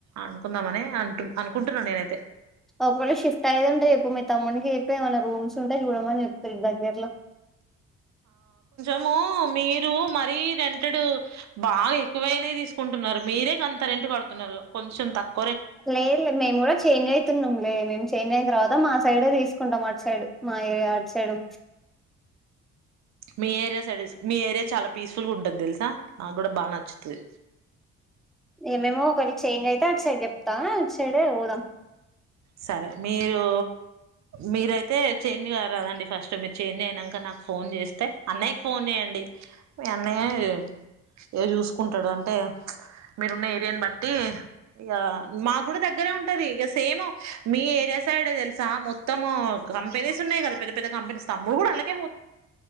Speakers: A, on the right; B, in the centre.
A: అనుకుందామని అంటు అనుకుంటున్నా నేనైతే
B: ఒకవేళ షఫ్ట్ అయ్యేది ఉంటే చెప్పు మీ తమ్ముడికి చెప్పి ఏమైనా రూమ్స్ ఉ ఉంటే చూడమని చెప్పుతా లే దగ్గరలో
A: అమ్మో మీరు మరి రెంటేడు బాగా ఎక్కువైనాయి తీసుకుంటున్నారు మీరే గంతా రెం ఇంటు కడుతున్నారు కొంచెం తక్కు
B: లేదు లే మేము కూడా చేంజ్ అయితున్నాం లే మేము చేంజ్ అయిన తర్వాత మాస్ సైడే తీసుకుంటాం అటు సైడ్ మా ఏరియా అటు సైడు
A: మీ ఏరియా సైడ్ మీ ఏరియా చాలా పీస్ఫుల్ గా ఉంటుది తెలుసా నాకు కూడా బాగా నచ్చుతది
B: ఏమేమో ఒకరి చేంజ్ అయితే అది సైడ్ చెప్తా అటు సైడ్ పోదాం
A: సరే మీరు మీరై అయితే చేంజ్ కారదండి ఫస్ట్ మీరు చేంజ్ అయనాక నాకు ఫోన్ చేస్తే అన్నయ్యకి ఫోన్ చేయండి అన్నయ్య యో ఇగ చూసుకుంటాడు అంటే మీరున్న ఏరియాను బట్టి ఇక మా కూడా దగ్గరే ఉంటది ఏసు సేమ్ మీ ఏరియా సైడ్ తెలుసా మొత్తం కంపెనీస్ ఉన్నాయి కదా పెద్ద పెద్ద కంపెనీస్ తమ్ముడు కూడా అలాగే